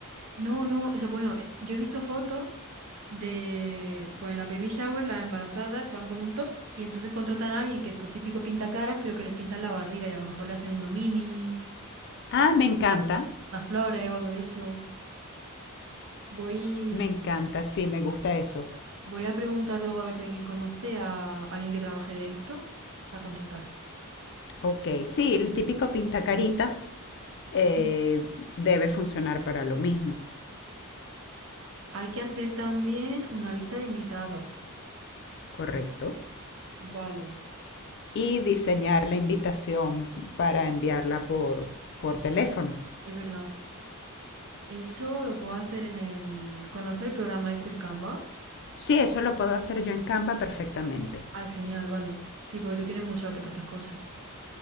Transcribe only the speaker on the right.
No, no, o sea, bueno, eh, yo he visto fotos de, pues en las baby shower, las embarazadas van con un top y entonces contratan a alguien que es por típico pintacaras, pero que les pintan la barriga y a lo mejor le hacen una mini,
unas flores o algo de eso. Voy,
voy a preguntar luego a ver si alguien conoce a alguien que trabaje de esto para contratar.
Sí.
Hay que hacer también una lista de invitados.
Vale,
es verdad. Eso lo puedo hacer en el... ¿Conocer el programa este, el Canva?
Ay, genial, vale. Sí, porque tú tienes mucho arte para estas cosas.